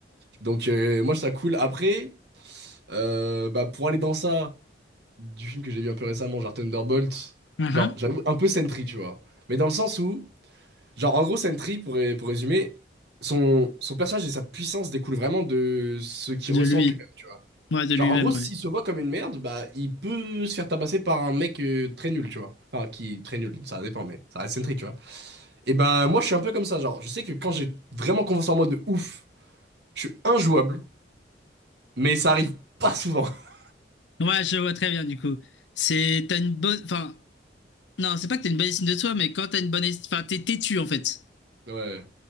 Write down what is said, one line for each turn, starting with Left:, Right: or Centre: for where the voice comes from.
Right: Donc euh, moi, je trouve ça cool. Après, euh, bah pour aller dans ça, du film que j'ai vu un peu récemment, genre Thunderbolt,
Left: Ah,
Right: genre
Left: ah.
Right: j'avoue un peu Sentry, tu vois. Mais dans le sens où, genre en gros Sentry, pour, ré- pour résumer, son, son personnage et sa puissance découlent vraiment de ce qu'il
Left: De
Right: ressent
Left: lui.
Right: de lui-même.
Left: Ouais, de
Right: Genre,
Left: lui-même,
Right: en gros, s'il
Left: ouais.
Right: se voit comme une merde, bah, il peut se faire tabasser par un mec euh, très nul, tu vois. Enfin, qui très nul, ça dépend, mais ça reste centrique, tu vois. Et bah, moi, je suis un peu comme ça, genre, je sais que quand j'ai vraiment confiance en moi de ouf, je suis injouable, mais ça arrive pas souvent. <laughs>
Left: Ouais, je vois très bien du coup. C'est t'as une bonne, enfin non, c'est pas que t'as une bonne estime de toi, mais quand t'as une bonne estime, enfin t'es têtu en fait.
Right: Ouais.